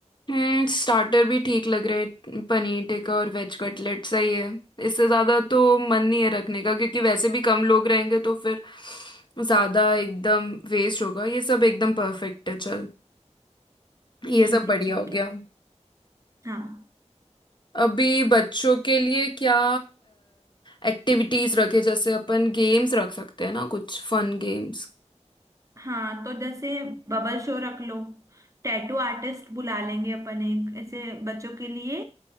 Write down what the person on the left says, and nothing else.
हम्म स्टार्टर भी ठीक लग रहे हैं पनीर टिक्का और वेज कटलेट सही है इससे ज्यादा तो मन नहीं है रखने का क्योंकि वैसे भी कम लोग रहेंगे तो फिर ज्यादा एकदम वेस्ट होगा ये सब एकदम परफेक्ट है चल ये
सब बढ़िया
हो गया
अभी बच्चों के लिए क्या एक्टिविटीज रखे जैसे अपन गेम्स रख सकते हैं ना कुछ फन गेम्स